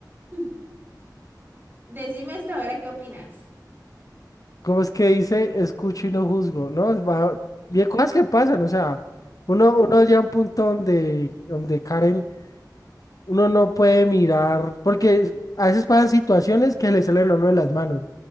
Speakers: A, on the right; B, on the left.
A: <laughs> decime hasta ahora qué opinas.
B: ¿Cómo es que dice, escucho y no juzgo? ¿No? Es bajo- Y hay cosas que pasan, o sea, uno, uno llega a un punto donde, donde Karen, uno no puede mirar, porque a veces pasan situaciones que le salen a uno de las manos.